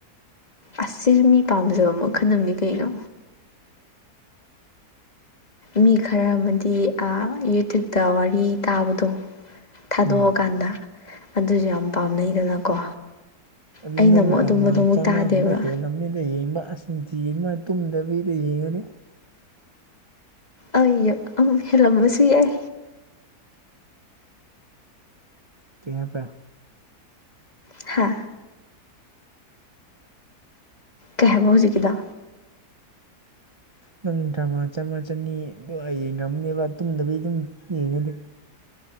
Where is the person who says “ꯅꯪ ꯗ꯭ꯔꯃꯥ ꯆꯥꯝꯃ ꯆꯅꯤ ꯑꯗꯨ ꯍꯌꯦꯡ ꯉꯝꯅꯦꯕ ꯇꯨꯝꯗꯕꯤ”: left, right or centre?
Right